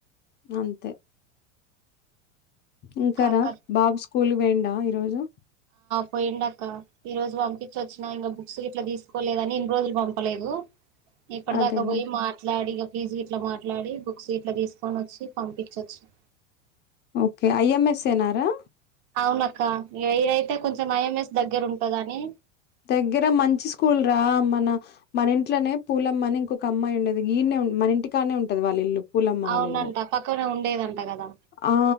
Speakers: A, on the left (about 30°); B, on the right (about 50°).
A: అంతే ఇంకా
B: కాక
A: రా బాబు స్కూల్ కి పొయిండా ఈరోజు
B: పోయిండ్ అక్క ఈ రోజ్ పంపిచ్చి వొచ్చినా ఇంగా బుక్స్ గిట్లా తీస్కోలేదని ఇన్న్ రోజుల్ పంపలేదు ఇక్కడి
A: అదేలే
B: దాకా పోయి మాట్లాడి ఇగ ఫీజ్ గిట్లా మాట్లాడి బుక్స్ గిట్లా తీసుకొని వచ్చి పంపిచోచ్చి నా
A: ఓకే ఐ ఎం ఎస్ ఏ నారా?
B: అవునక్క ఏ ఐ అయితే కొంచెం ఐ ఎం ఎస్ దగ్గరుంటాదని
A: దగ్గర మంచి స్కూల్రా మన మన ఇంట్లనే పూలమ్మని ఇంకొక అమ్మాయ్ ఉండేది ఈన్నే మనింటి కానే ఉంటది వాళ్ళిల్లు పూలమ్మ
B: అవునంట
A: వాళ్ళిళ్ళూ
B: పక్కనే ఉండేదంట కదా
A: ఆ